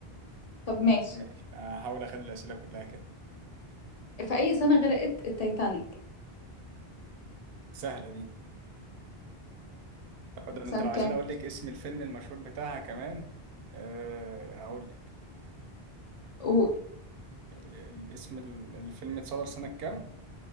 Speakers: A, on the left; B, on the right.
A: طب ماشي
B: ماشي هحاول اخلي الأسئلة كلها كده
A: في أي سنة غرقت التايتانيك
B: سهلة دي طب ده انت
A: سنة
B: لو عايزين
A: كام
B: اقول لك اسم الفيلم المشهور بتاعها كمان أه هقول لك
A: قول
B: ال- ال- اسم ال- الفيلم اتصدر سنة كام